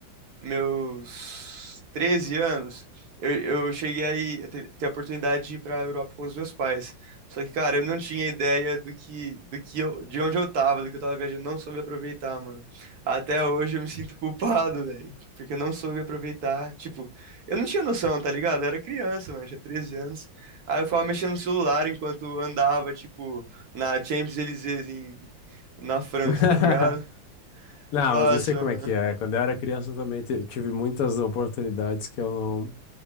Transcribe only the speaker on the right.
meus 13 anos, eu, eu cheguei aí a ter, ter a oportunidade de ir para a Europa com os meus pais. Só que, cara, eu não tinha ideia do que, do que eu, de onde eu tava, do que eu tava viajando, não soube aproveitar, mano. Até hoje eu me sinto <laughs> culpado, velho, porque eu não soube aproveitar. Tipo, eu não tinha noção, tá ligado? Eu era criança, mano, eu tinha 13 anos. Aí eu ficava mexendo no celular enquanto andava, tipo, na Champs-Élysées em, na França,
tá ligado?
Nossa,
mano,